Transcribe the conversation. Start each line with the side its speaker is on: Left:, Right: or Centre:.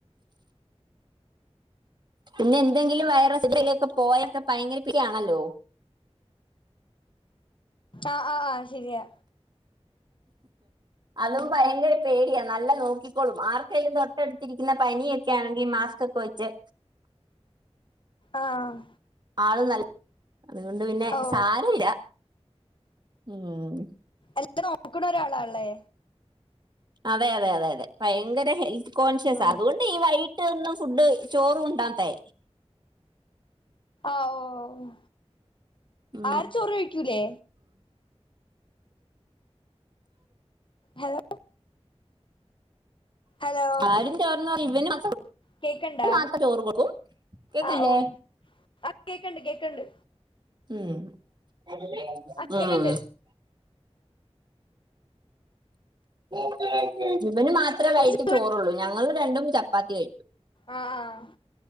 Right: പിന്നെ എന്തെങ്കിലും വൈറസ് <unintelligible> ക്കെ പോയൊക്കെ ഭയങ്കരപ്പിരിയാണല്ലോ
Left: ആ ആ ശരിയാ
Right: അതും ഭയങ്കര പേടിയാ നല്ല നോക്കിക്കോളും ആർ ഏൽ തൊട്ടടുത്തിരിക്കുന്ന പനിയൊക്കെ ആൺങ്കി മാസ്ക്കൊക്കെ വെച്ച്
Left: ആഹ്
Right: ആള് നല്ല അതുകൊണ്ട് പിന്നെ
Left: ഓ
Right: സാരമില്ല. ഉം
Left: എല്ലാം നോക്കണ ഒരാ ളല്ലേ
Right: അതെ അതെ അതെ അതെ ഭയങ്കര ഹെൽത്ത് കോൺഷ്യസാ
Left: ആ.
Right: അതുകൊണ്ട് ഈ വൈകിട്ട് ഒന്നും ഫുഡ് ചോറും ഉണ്ടാത്തേ
Left: അ ഓഹ്
Right: ഉം
Left: ആര് ചോറ് കഴിക്കൂലേ ഹലോ ഹലോ
Right: ആരും ചോർന്നല്ല ഇവനും
Left: കേക്കണ്ടാ
Right: മാത്ര ചോറ് കൊടുക്കും കേക്ക്ല്ലേ
Left: ആഹ് ഓ ആ കേക്ക്ണ്ട് കേക്ക്ണ്ട്
Right: ഉം ഹ്
Left: ആ കേക്കണ്ട്
Right: ഉം <unintelligible> ഇവന് മാത്രമേ
Left: കൊറച്ച്
Right: വൈകിട്ട് ചോറുള്ളൂ ഞങ്ങൾ രണ്ടും ച പ്പാത്തി കഴിക്കും.
Left: ആ ആ